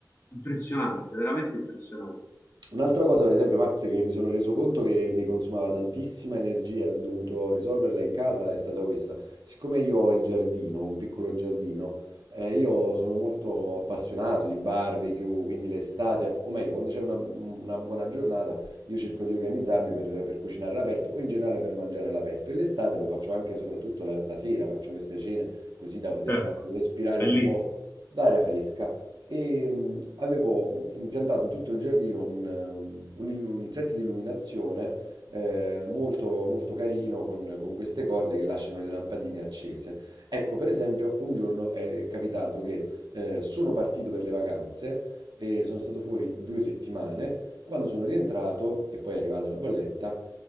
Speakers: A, on the left (about 30°); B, on the right (about 75°).
A: impressionante, veramente impressionante.
B: Un'altra cosa, per esempio, Max, che mi sono reso conto che mi consumava tantissima energia, e ho dovuto risolverla in casa, è stata questa. Siccome io ho il giardino, un piccolo giardino, eh, io sono molto appassionato di barbecue, quindi l'estate, o meglio, quando c'è una, una buona giornata, io cerco di organizzarmi per, per cucinare all'aperto o in generale per mangiare all'aperto. E l'estate lo faccio anche, soprattutto la, la sera, faccio queste cene così da poter
A: Certo,
B: magari respirare
A: bellissimo.
B: un po' d'aria fresca e mh, avevo impiantato in tutto il giardino un, um, un illu- un set di illuminazione eh, molto, molto carino con, con queste corde che lasciano le lampadine accese. Ecco, per esempio, un giorno è capitato che eh, sono partito per le vacanze e sono stato fuori due settimane. Quando sono rientrato, e poi è arrivata la bolletta,